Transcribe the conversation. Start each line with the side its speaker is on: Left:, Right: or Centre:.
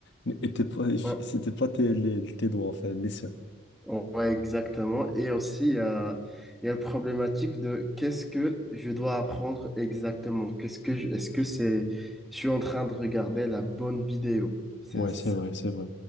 Left: <laughs> étaient pas,
Centre: Ouais.
Left: c'était pas tes, les- tes doigts, enfin, les siens.
Centre: Ouais, exactement. Et aussi, il y a, il y a la problématique de qu'est-ce que je dois apprendre exactement? Qu'est-ce que je- est-ce que c'est, je suis en train de regarder la bonne vidéo? C'est
Left: Ouais,
Centre: ça.
Left: c'est vrai, c'est vrai.